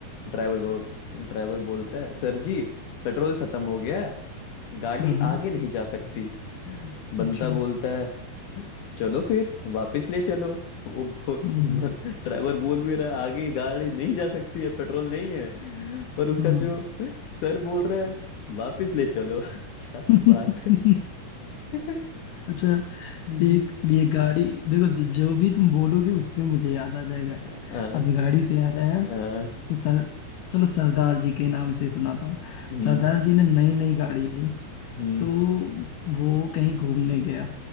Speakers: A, on the left (about 70°); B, on the left (about 80°).
A: ड्राइवर ड्राइवर बोलता है सर जी पेट्रोल खत्म हो गया गाड़ी
B: हाँ हाँ,
A: आगे नहीं जा सकती बंता
B: अच्छा
A: बोलता है चलो फिर वापस ले चलो वो बो,
B: हम्म
A: मन- ड्राइवर बोल भी रहा है आगे गाड़ी नहीं जा सकती है पेट्रोल नहीं है पर उसका
B: हम्म
A: जो सर बोल रहा है वापस ले चलो <laughs> क्या
B: <laughs>
A: बात है <laughs>
B: अच्छा
A: हम्म,
B: एक ये गाड़ी देखो ज- जो भी तुम बोलोगे उस पे मुझे याद आ जाएगा
A: आ, आ,
B: अभी गाड़ी से याद आया
A: आ,
B: तो सर चलो सरदार जी के नाम से सुनाता हूँ
A: हम्म,
B: सरदार जी ने नई नई गाड़ी ली
A: हम्म,
B: तो वो कहीं घूमने गया